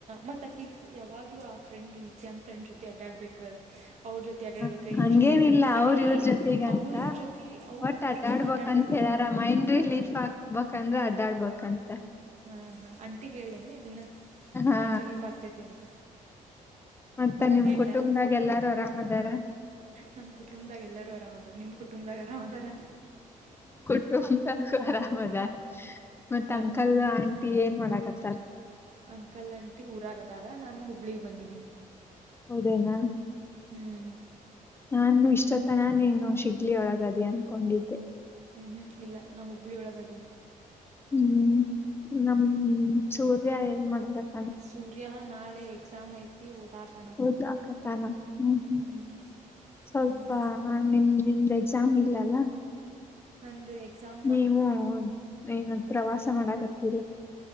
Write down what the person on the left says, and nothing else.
ಹ ಹಂಗೇನಿಲ್ಲ
ಅವ್ರ ಇವ್ರ ಜೊತೆಗಂತ
ಒಟ್
ಅಡ್ಡಾಡ್ಬಕ್ಂತ
ಹೇಳಾರ ಮೈಂಡ್ ರಿಲೀಫ್ ಆಗ್ಬೇಕಂದ್ರೆ ಅಡ್ಡಾಡ್ಬೇಕಂತ.
ಹಾ
ಮತ್ತ ನಿಮ್
ಕುಟುಂಬದಾಗ ಎಲ್ಲಾರು ಆರಾಮದಾರ.
ತುಂಬ ಆರಾಮ್ ಅದರ ಮತ್ತ
ಅಂಕಲ್ ಆಂಟಿ ಏನ್ ಮಾಡಕತ್ತಾರ.
ಹೌದೇನ.
ನಾನು ಇಷ್ಟೊತ್ತನ ನೀನು ಸಿಗ್ಲಿ ಒಳಗದಿ ಅನ್ಕೊಂಡಿದ್ದೆ.
ಹ್ಮ್ ನಮ್ ಸೂರ್ಯ ಏನ್ ಮಾಡತ್ತ.
ಒದಾಕತಾನ ಹ್ಮ್ ಹ್ಮ್.
ಸ್ವಲ್ಪ
ನಿಮ್ದು ನಿಮ್ದ ಎಕ್ಸಾಮ್ ಇಲ್ಲಲ್ಲ.
ನೀವು ಏನ ಪ್ರವಾಸ ಮಾಡಕತ್ತೀರಿ.